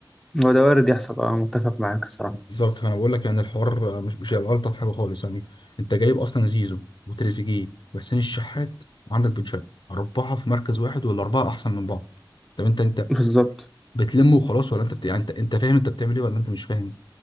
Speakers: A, in the centre; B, on the left.
A: هو ده وارد يحصل اه متفق معاك الصراحه
B: بالظبط فانا بقول لك يعني الحوار مش مش هيبقى الطف حاجه خالص يعني انت جايب اصلا زيزو وتريزيجيه وحسين الشحات وعندك بن شرقي اربعه في مركز واحد ولا اربعه احسن من بعض طب انت انت
A: بالظبط
B: بتلمه وخلاص ولا انت بت... يعني انت انت فاهم انت بتعمل ايه ولا انت مش فاهم